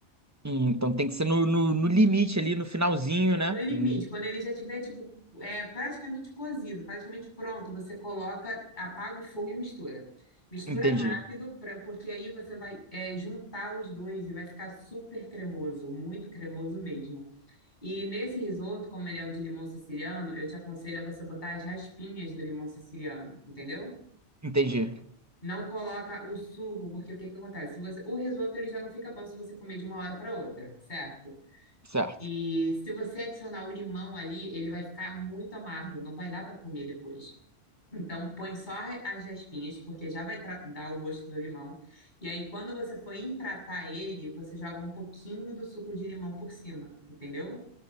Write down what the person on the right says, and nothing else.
Hum, então tem que ser no, no, no limite ali, no finalzinho, né?
Hum,
entendi.
Entendi.
Certo.